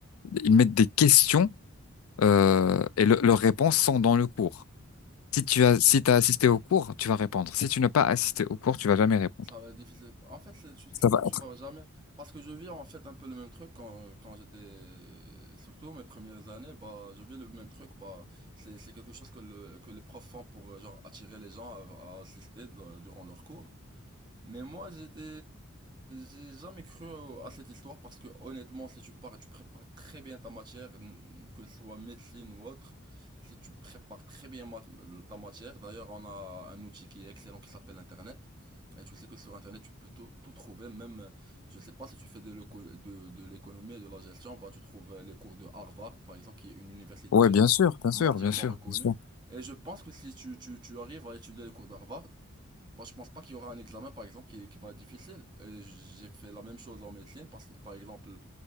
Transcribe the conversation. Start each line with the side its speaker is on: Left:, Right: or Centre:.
Left: ils mettent des questions euh, et le- leurs réponses sont dans le cours. Si tu as, si t'as assisté au cours, tu vas répondre. Si tu n'as pas assisté au cours, tu vas jamais répondre.
Right: Ça va être difficile. En fait, le- tu sais
Left: Ça
Right: pas
Left: va
Right: que
Left: être.
Right: tu vas jamais. Parce que je vis en fait un peu le même truc quand, quand j'étais. Surtout mes premières années, bah, je vis le même truc. Bah, c'est, c'est quelque chose que, le, que les profs font pour euh, genre attirer les gens à, à assister dans- durant leurs cours. Mais moi, j'étais, j'ai jamais cru à cette histoire parce que honnêtement, si tu pars et tu prépares très bien ta matière, que ce soit médecine ou autre, si tu prépares très bien mat- ta matière, d'ailleurs, on a un outil qui est excellent qui s'appelle Internet. Et tu sais que sur Internet, tu peux tout, tout trouver, même, euh, je sais pas si tu fais de l'éco- de- de l'économie et de la gestion, bah, tu trouves euh, les cours de Harvard, par exemple, qui est une université
Left: Ouais, bien sûr, bien sûr,
Right: mondialement
Left: bien sûr,
Right: reconnue.
Left: bien sûr.
Right: Et je pense que si tu, tu, tu arrives à étudier les cours d'Harvard, Bon, je pense pas qu'il y aura un examen, par exemple, qui, qui va être difficile. Et j'ai fait la même chose en médecine, parce que, par exemple,